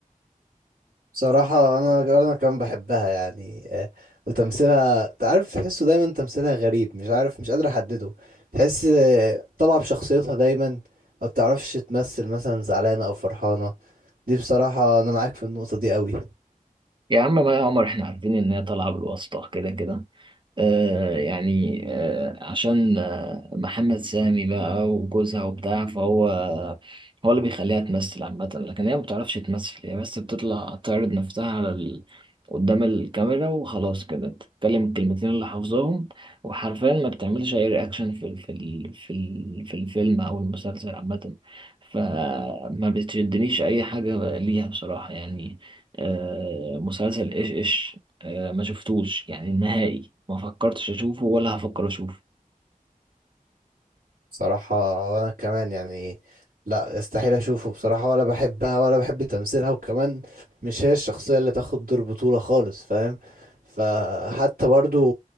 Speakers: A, on the right; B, on the right.
A: بصراحة أنا أنا كمان بحبها يعني آه، وتمثيلها تعرف تحسه دايما تمثيلها غريب مش عارف مش قادر أحدده تحس طالعة بشخصيتها دايما ما بتعرفش تمثل مثلا زعلانة او فرحانة دي بصراحة انا معاك في النقطة دي قوي
B: يا عم مي عمر احنا عارفين ان هي طالعة بالواسطة كده كده آه يعني آه عشان آه محمد سامي بقى وجوزها وبتاع فهو هو اللي بيخليها تمثل عامة لكن هي ما بتعرفش تمثل هي بس بتطلع تعرض نفسها على قدام الكاميرا وخلاص كده تتكلم الكلمتين اللي حافظاهم وحرفيا ما بتعملش اي رياكشن في ال- في ال- في ال- في الفيلم او المسلسل عامة فما بتشدنيش اي حاجة ليها بصراحة يعني آه، مسلسل ايش ايش آه، ما شفتوش يعني نهائي ما فكرتش اشوفه ولا هفكر اشوفه
A: بصراحة وأنا كمان يعني لا استحيل أشوفه بصراحة ولا بحبها ولا بحب تمثيلها وكمان مش هي الشخصية اللي تاخد دور بطولة خالص فاهم فحتى برضو